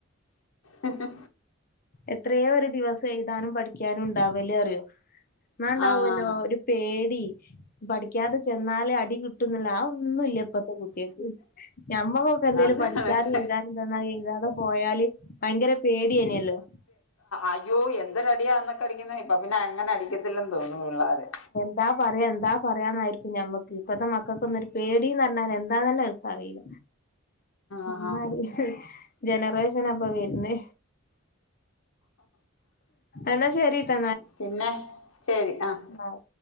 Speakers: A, on the left; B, on the left.
A: ഹ് ഹ്
B: എത്രയോ ഒരു ദിവസം എഴുതാനും പഠിക്കാനു ഉണ്ടാവല്ലേ അറിയോ ന്നാണ്ടാവല്ലോ
A: ആന്നാന്ന്
B: ഒരു പേടി പഠിക്കാതെ ചെന്നാല് അടി കിട്ടുന്ന്ള്ള ആഒ ന്നുല്ല ഇപ്പത്തെ കുട്ട്യേക്ക് ഞമ്മക്കൊക്കെ എന്തേലും
A: അതാണ്
B: പഠിക്കാനു എയിതാനു തന്ന അത്‌ എഴതാതെ പോയാല് ഭയങ്കര പേടിയനല്ലോ.
A: അയ്യോ എന്ത് റെഡിയാന്നൊക്കെ അടിക്കുന്ന ഇപ്പ പിന്നെ എങ്ങനെ അടിക്കത്തില്ലന്ന് തോന്നൂ വിള്ളാരെ
B: ന്താ പറയാ എന്താ പറയാന്നായിരിക്കും ഞമ്മക്ക് ഇപ്പഴത്തെ മക്കക്ക് ഒന്നൊര് പേടിന്ന് ർഞ്ഞാൽ എന്താന്നെന്നെ അറീല അമ്മായിരി
A: ആഹാ
B: ഹ് ജനറേഷൻ അപ്പൊ വരുന്നെ എന്നാ ശരിട്ടോ
A: പിന്നെ ശരി അഹ്
B: ആഹ്